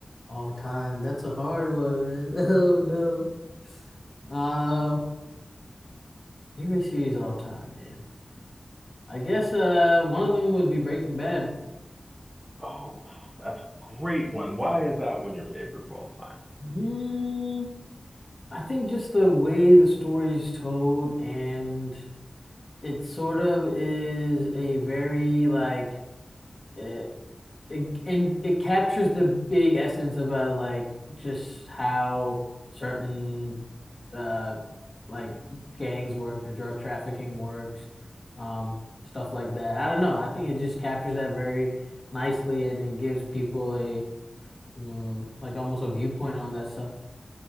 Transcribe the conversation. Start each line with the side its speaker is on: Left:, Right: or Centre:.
Left: All time. That's a hard one, man. <laughs> Oh no. Uh, favorite series all time, man. I guess uh one of them would be Breaking Bad.
Right: Oh, that's a great one. Why is that one your favorite of all time?
Left: Mm, I think just the way the story is told and It sort of is a very like uh, it and it captures the big essence about like just how certain uh like gangs work or drug trafficking works, um stuff like that. I don't know. I think it just captures that very nicely and it gives people a mm, like almost a viewpoint on that stuff.